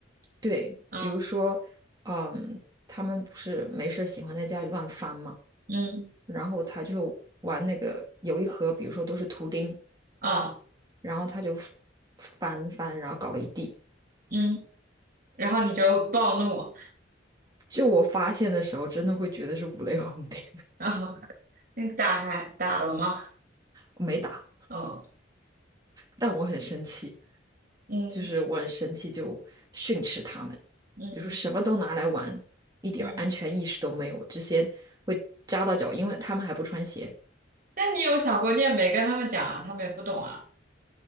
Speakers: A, on the right (about 20°); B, on the right (about 50°).
A: 对，
B: 嗯
A: 比如说，嗯，他们不是没事儿喜欢在家里乱翻吗？
B: 嗯。
A: 然后他就玩那个有一盒，比如说都是图钉，
B: 啊，
A: 然后他就翻翻，然后搞了一地。
B: 嗯，然后你就暴怒，
A: 就我发现的时候，真的会觉得是五雷轰顶，
B: 然后你打还打了吗？
A: 没打，
B: 哦，
A: 但我很生气，
B: 嗯
A: 就是我很生气，就训斥他们，
B: 嗯
A: 就说什么都拿来玩，一点儿安全意识都没有，
B: 嗯，
A: 这些会扎到脚，因为他们还不穿鞋。
B: 那你有想过，你也没跟他们讲啊，他们也不懂啊。